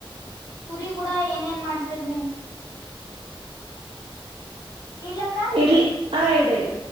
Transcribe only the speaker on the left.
ಪೂರಿ ಕೂಡ ಏನೇನ್ ಮಾಡ್ತಿೀರ ನೀವು ಇಲ್ಲಕ್ಕ